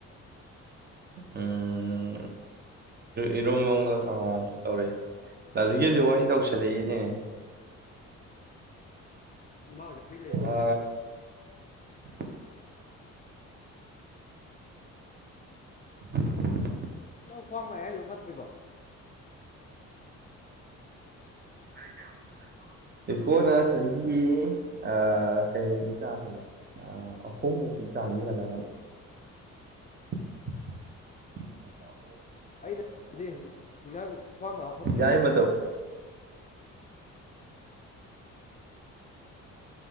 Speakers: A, on the right (about 35°); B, on the left (about 25°).
A: ꯎꯝ ꯏꯔꯣ ꯃꯒ ꯑꯥꯎ ꯇꯧꯔꯦ ꯂꯁꯤꯒꯦꯁꯨ ꯋꯥ ꯑꯩ ꯇꯧꯁꯜꯂꯛꯏꯅꯦ
B: ꯃꯥꯁꯦ ꯐ꯭ꯔꯤ ꯂꯩꯕ꯭ꯔꯥ
A: ꯑ <unintelligible> <unintelligible>
B: ꯅꯪ ꯈ꯭ꯋꯥꯡ ꯉꯥꯏ ꯍꯥꯏꯗ ꯐꯠꯇ꯭ꯔꯤꯕꯣ
A: ꯐꯔꯤ ꯀꯌꯥ ꯏꯀꯣꯅ ꯆꯍꯤ ꯑ ꯀꯩꯃꯨꯛ ꯆꯥꯡꯍꯜꯂꯦ ꯑ ꯑꯍꯨꯝ ꯃꯚ ꯆꯥꯡꯂꯤ ꯍꯥꯏꯂ <unintelligible>
B: ꯑꯗꯨꯗꯤ
A: ꯑꯩꯈꯣꯏ
B: ꯉꯥꯡ ꯈ꯭ꯋꯥꯡ ꯅꯥꯕ ꯐꯠꯇ꯭ꯔꯤꯕꯕ
A: ꯌꯥꯏꯃꯗꯣ
B: <unintelligible>